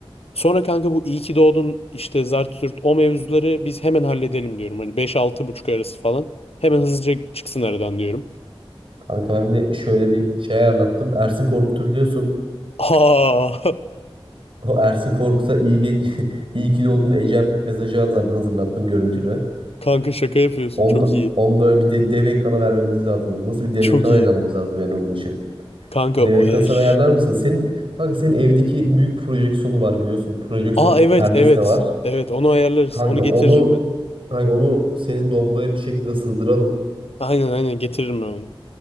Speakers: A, on the left; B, on the right.
A: Sonra kanka bu iyi ki doğdun işte zart zurt o mevzuları biz hemen halledelim diyorum. Hani 5-6 buçuk arası falan. Hemen hızlıca çıksın aradan diyorum.
B: Kanka ben bir de şöyle bir şey ayarlattım. Ersin Korkut'u biliyorsun.
A: Aa. <laughs>
B: O Ersin Korkut'a iyi, ge- <laughs> iyi ki doğdun Ecem mesajı hazır- hazırlattım görüntülü.
A: Kanka şaka yapıyorsun.
B: Onu,
A: Çok
B: da-
A: iyi.
B: onu da bir de dev ekrana vermemiz lazım. Nasıl bir dev
A: Çok
B: ekran
A: iyi.
B: ayarlamamız lazım yani onun için.
A: Kanka
B: Dev
A: o
B: ekran
A: eş.
B: sen ayarlar mısın? Senin, kanka senin evdeki büyük projeksiyonu var biliyorsun. Projeksiyon
A: Aa evet
B: perdesi
A: evet.
B: de var.
A: Evet onu ayarlarız.
B: Kanka
A: Onu
B: onu
A: getiririm ben.
B: kanka onu senin Doblo'ya bir şekilde sığdıralım.
A: Aynen aynen getiririm ben onu.